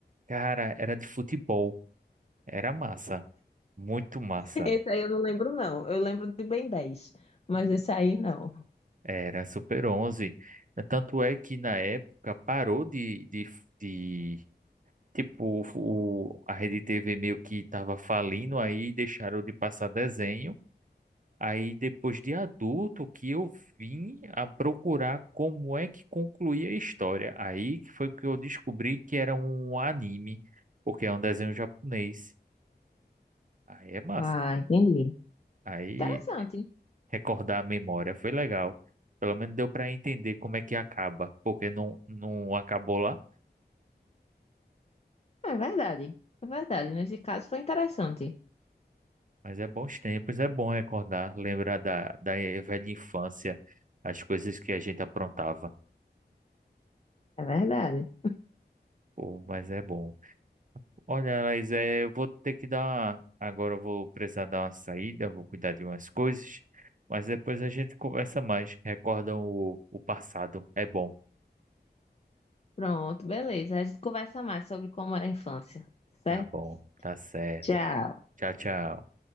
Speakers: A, on the right (about 50°); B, on the left (about 35°).
A: Cara, era de futebol. Era massa. Muito massa.
B: <laughs> Esse aí eu não lembro, não. Eu lembro de Ben dez mas esse aí não.
A: Era Super onze Tanto é que na época parou de, de, de tipo, o, a Rede TV meio que estava falindo, aí deixaram de passar desenho Aí depois de adulto que eu vim a procurar como é que concluía a história. Aí que foi que eu descobri que era um anime, porque é um desenho japonês. Aí é massa.
B: Ah, entendi.
A: Aí
B: Interessante.
A: recordar a memória foi legal. Pelo menos deu para entender como é que acaba, porque não, não acabou lá.
B: É verdade. É verdade. Nesse caso foi interessante.
A: Mas é bons tempos, é bom recordar, lembrar da, da velha infância, as coisas que a gente aprontava.
B: É verdade.
A: Pô, mas é bom. Olha, mas é, eu vou ter que dar uma... Agora eu vou precisar dar uma saída, vou cuidar de umas coisas, mas depois a gente conversa mais. Recordam o, o passado. É bom.
B: Pronto, beleza. A gente conversa mais sobre como era a infância, certo?
A: Tá bom, tá certo.
B: Tchau.
A: Tchau, tchau.